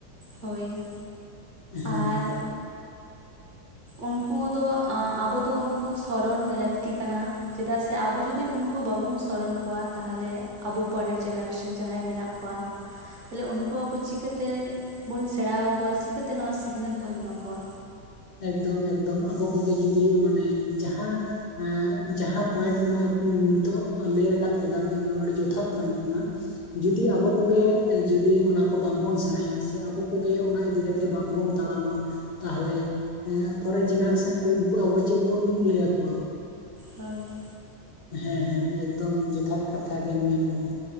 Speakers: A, on the right; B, on the left.
A: ᱦᱳᱭ᱾
B: ᱦᱮᱸ᱾
A: ᱟᱨ ᱩᱱᱠᱩ ᱫᱚ ᱟᱸ ᱟᱵᱚ ᱫᱚ ᱩᱱᱠᱩ ᱥᱚᱨᱚᱱ ᱞᱟᱹᱠᱛᱤ ᱠᱟᱱᱟ᱾ ᱪᱮᱫᱟᱜ ᱥᱮ ᱟᱵᱚ ᱡᱩᱫᱤ ᱩᱱᱠᱩ ᱵᱟᱵᱚᱱ ᱥᱚᱨᱚᱱ ᱠᱚᱣᱟ ᱛᱟᱦᱚᱞᱮ ᱟᱵᱚ ᱯᱚᱨᱮᱨ ᱡᱮᱱᱟᱨᱮᱥᱮᱱ ᱡᱟᱦᱟᱸᱭ ᱢᱮᱱᱟᱜ ᱠᱚᱣᱟ᱾ ᱛᱟᱦᱚᱞᱮ ᱩᱱᱠᱩ ᱟᱠᱚ ᱪᱤᱠᱟᱹᱛᱮ ᱵᱚᱱ ᱥᱮᱬᱟ ᱣᱟᱠᱚᱣᱟ ᱪᱤᱠᱟᱹᱛᱮ ᱱᱚᱣᱟ ᱥᱤᱠᱷᱱᱟᱹᱛ ᱵᱚᱱ ᱮᱢᱟ ᱠᱚᱣᱟ᱾
B: ᱮᱠᱫᱚᱢ ᱮᱠᱫᱚᱢ ᱟᱵᱚ ᱠᱚ ᱜᱤ ᱡᱩᱫᱤ ᱢᱟᱱᱮ ᱡᱟᱦᱟᱸ ᱮᱸᱜ ᱡᱟᱦᱟᱸ ᱯᱚᱭᱮᱱᱴ ᱱᱚᱜ-ᱚᱭ ᱱᱤ ᱱᱤᱛᱚᱜ ‌ᱚ ᱞᱟᱹᱭ ᱨᱟᱠᱟᱵ ᱠᱮᱫᱟᱢ ᱮᱠᱫᱚᱢ ᱟᱹᱰᱤ ᱡᱚᱛᱷᱟᱛ ᱯᱚᱭᱮᱱᱴ ᱠᱟᱱᱟ᱾ ᱡᱩᱫᱤ ᱟᱵᱚ ᱠᱚᱜᱮ ᱮ ᱡᱩᱫᱤ ᱚᱱᱟ ᱠᱚ ᱵᱟᱝ ᱵᱚᱱ ᱥᱮᱬᱟᱭᱟ ᱥᱮ ᱟᱵᱚ ᱠᱚᱜᱮ ᱚᱱᱟ ᱤᱫᱤ ᱠᱟᱛ ᱛᱮ ᱵᱟᱝ ᱵᱚᱱ ᱛᱟᱲᱟᱢᱟ ᱛᱟᱦᱚᱞᱮ ᱮᱸ ᱟ ᱯᱚᱨᱮ ᱡᱮᱱᱟᱨᱮᱥᱮᱱ ᱠᱚ ᱩᱱᱠᱩ ᱟᱵᱚ ᱪᱮᱫ ᱵᱚᱱ ᱞᱟᱹᱭ ᱭᱟᱠᱚᱣᱟ?
A: ᱦᱚᱭ,
B: ᱦᱮᱸ ᱦᱮᱸ ᱮᱠᱫᱚᱢ ᱡᱚᱛᱷᱟᱛ ᱠᱟᱛᱷᱟ ᱜᱮᱢ ᱢᱮᱱ ᱟᱠᱟᱫᱟ᱾